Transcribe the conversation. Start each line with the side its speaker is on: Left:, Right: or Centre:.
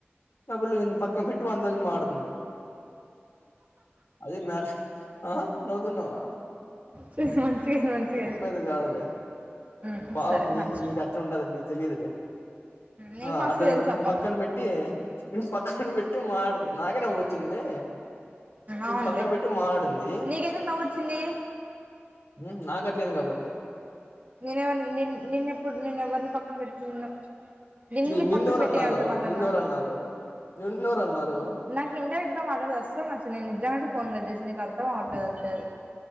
Left: ఆ పిల్లేంద్ పక్కకు పెట్టి వాన్తోని మాట్లాడుతుంది. అది నర్స్ ఆహా నువ్వుతున్నావా?
Right: చూసి మంచిగా మంచిగా
Left: నవ్వేది కాద్లే
Right: మ్మ్
Left: పాపం
Right: సరే
Left: నీక్
Right: మంచిది
Left: నీ అచ్చ ఉంటది నీకు తెలియదులే
Right: నీకు
Left: ఆ
Right: మస్తు
Left: అట్లా
Right: తెలుసు
Left: నే
Right: అబ్బా
Left: పక్కన పెట్టి హ్యే నువ్వు పక్కన పెట్టి మాటతుంది నాకే నవ్వు వచ్చిందిలే నను
Right: అవునులే
Left: పక్కన పెట్టి మటడింది.
Right: నీకెందుకు నవ్వు వచ్చింది
Left: నీక్ నాకట్లేదు కాబట్టి
Right: నేనెవరి నేన్ నిన్నెప్పుడు నేను ఎవరిని పక్కన పెట్టిన్న నిన్ను
Left: ఇది నిన్నెవరు
Right: పక్కన పెట్టి
Left: అన్నారు
Right: ఎవరితో మాట్లాడినా
Left: నిన్నెవరు అన్నారు నిన్నెవరు అన్నారు
Right: నాకు ఇండైరెక్ట్ గా మాట్లాడ్తే అసల్ నచ్చద్ నేను నిజాంగాంటే ఫోన్ కట్ నీక్ అర్థం అవట్లేదు అంతే అది